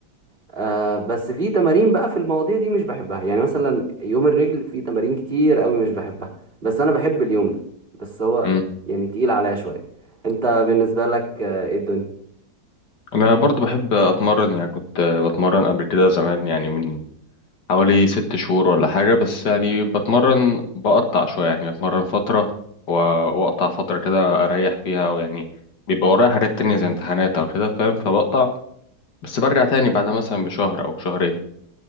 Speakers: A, on the right (about 35°); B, on the left (about 80°).
A: آه، بس في تمارين بقى في المواضيع دي مش بحبها يعني مثلا يوم الرجل في تمارين كتير قوي مش بحبها بس انا بحب اليوم ده بس هو
B: مم.
A: يعني تقيل عليا شوية انت بالنسبة لك آه، ايه الدنيا
B: انا برضو بحب اتمرن يعني كنت آه، بتمرن قبل كده زمان يعني من حوالي ست شهور ولا حاجة بس يعني بتمرن بقطع شوية يعني اتمرن فترة و- واقطع فترة كده اريح فيها او يعني بيبقى ورايا حاجات تانية زي امتحانات او كده فاهم فبقطع بس برجع تاني بعدها مثلا بشهر او شهرين